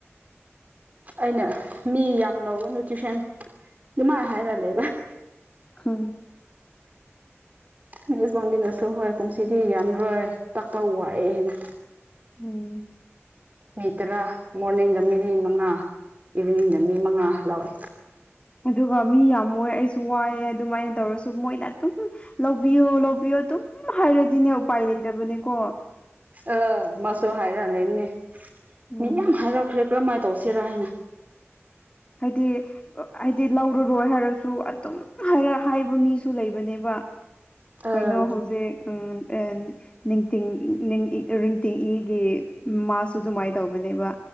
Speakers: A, on the right; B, on the left.
A: ꯑꯩꯅ ꯃꯤ ꯌꯥꯝ ꯂꯧꯒꯅꯨ ꯇ꯭ꯌꯨꯁꯟ ꯑꯗꯨꯃꯥꯏꯅ ꯍꯥꯏꯔ ꯂꯩꯕ
B: ꯍꯥꯝ
A: ꯃꯤꯁ ꯋꯥꯡꯂꯤꯅꯁꯨ ꯍꯣꯏ ꯀꯨꯝꯁꯤꯗꯤ ꯌꯥꯝꯔꯣꯏ ꯇꯥꯛꯄ ꯋꯥꯑꯦꯅ
B: ꯎꯝ
A: ꯃꯤ ꯇꯔꯥ ꯃꯣꯔꯅꯤꯡꯗ ꯃꯤ ꯃꯉꯥ ꯏꯚꯤꯅꯤꯡꯗ ꯃꯤ ꯃꯉꯥ ꯂꯧꯋꯤ
B: ꯑꯗꯨꯒ ꯃꯤ ꯌꯥꯝꯃ ꯑꯩꯁꯨ ꯋꯥꯏꯑꯦ ꯑꯗꯨꯃꯥꯏꯅ ꯇꯧꯔꯁꯨ ꯃꯣꯏꯅ ꯑꯗꯨꯝ ꯂꯧꯕꯤꯌꯣ ꯂꯧꯕꯤꯌꯣ ꯑꯗꯨꯨꯝ ꯍꯥꯏꯔꯗꯤꯅꯦ ꯎꯄꯥꯏ ꯂꯩꯇꯕꯅꯦꯀꯣ
A: ꯑ ꯃꯁꯨ ꯍꯥꯏꯔꯛꯂꯦꯅꯦ
B: ꯎꯝ
A: ꯃꯤ ꯌꯥꯝ ꯍꯥꯏꯔꯛꯈ꯭ꯔꯦ ꯀꯔꯝꯍꯥꯏꯅ ꯇꯧꯁꯤꯔ ꯍꯥꯏꯅ
B: ꯍꯥꯏꯗꯤ ꯍꯥꯏꯗꯤ ꯂꯧꯔꯔꯣꯏ ꯍꯥꯏꯔꯁꯨ ꯑꯗꯨꯝ ꯍꯥꯏꯔꯛ ꯍꯥꯏꯕ ꯃꯤꯁꯨ ꯂꯩꯕꯅꯦꯕ꯫
A: ꯑꯥ
B: ꯀꯩꯅꯣ ꯍꯧꯖꯤꯛ ꯎꯝ ꯑꯦꯟ ꯅꯤꯡꯇꯤꯡ ꯔꯤꯡꯇꯤꯡ ꯏꯒꯤ ꯃꯃꯥꯁꯨ ꯑꯗꯨꯃꯥꯏ ꯇꯧꯕꯅꯦꯕ꯫